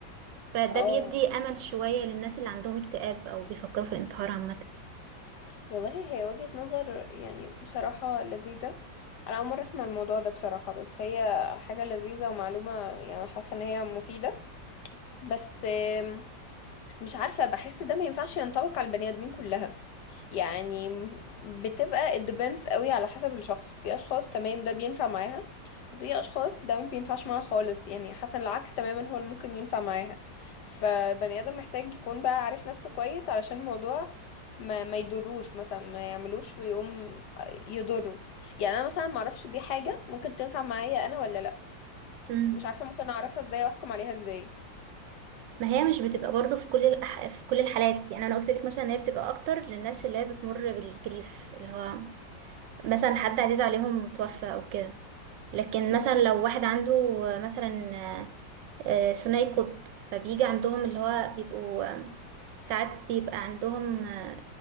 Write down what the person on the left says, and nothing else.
اه
والله هي وجهة نظر يعني بصراحة لذيذة أنا أول مرة أسمع الموضوع ده بصراحة بس هي حاجة لذيذة ومعلومة يعني حاسة إن هي مفيدة بس آم، مش عارفة بحس ده ما ينفعش ينطبق على البني آدمين كلها يعني بتبقى it depends قوي على حسب الشخص في اشخاص تمام ده بينفع معاها وفي اشخاص ده ما بينفعش معاها خالص يعني حسن العكس تماما هو اللي ممكن ينفع معاها فبني ادم محتاج يكون بقى عارف نفسه كويس علشان الموضوع ما ما يضروش مثلا ما يعملوش ويقوم يضره يعني انا مثلا ما اعرفش دي حاجة ممكن تنفع معايا انا ولا لا
مش عارفة ممكن اعرفها ازاي واحكم عليها ازاي
مم.